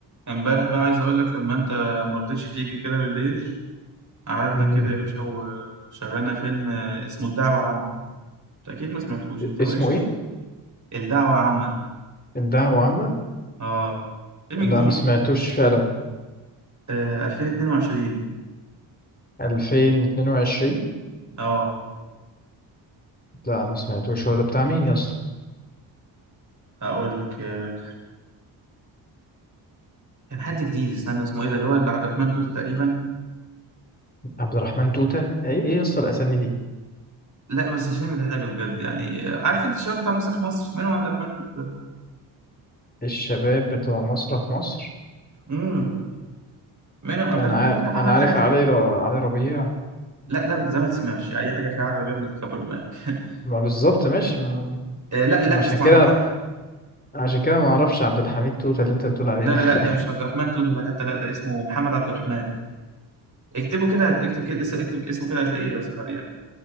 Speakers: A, on the right; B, on the left.
A: امبارح بقى عايز اقول لك لما انت ما رضيتش تيجي كده بالليل قعدنا
B: مم.
A: كده يا باشا وشغلنا فيلم اسمه الدعوة عامة انت اكيد ما سمعتوش انت مالكش
B: اسمه
A: حق.
B: ايه
A: الدعوة عامة
B: الدعوة عامة
A: اه فيلم
B: لا
A: جديد
B: ما سمعتوش فعلا
A: آه 2022
B: 2022
A: اه
B: لا ما سمعتوش هو ده بتاع مين يا اسطى
A: اقول لك آه. كان حد جديد استنى اسمه ايه ده اللي هو اللي عبد الرحمن توتة تقريبا
B: عبد الرحمن توتة ايه ايه يا اسطى الاسامي دي
A: لا بس الفيلم ده حلو بجد يعني آه، عارف انت الشباب بتاع مسرح مصر منهم عبد الرحمن توتة ده
B: الشباب بتوع مسرح مصر
A: امم منهم عبد
B: انا
A: الرحمن
B: عا...
A: توتة لا عمل
B: انا
A: حاجات
B: عارف علي
A: حلوة
B: ر... علي ربيع
A: لا ده بتزمت سمعش اي حاجة فيها عربي بيعمل تكبر دماغك <laughs>
B: ما بالظبط ماشي ما...
A: آه، لا
B: ما
A: لا
B: عشان
A: اسمه
B: كده
A: عبد
B: عشان كده ما اعرفش عبد الحميد توتة اللي انت بتقول عليه
A: لا
B: ده
A: لا
B: <laughs>
A: لا ده مش عبد الرحمن توتة ده حتى لا ده اسمه محمد عبد الرحمن اكتبه كده اكتب كده اس- اكتب اسمه كده هتلاقيه ظهر يعني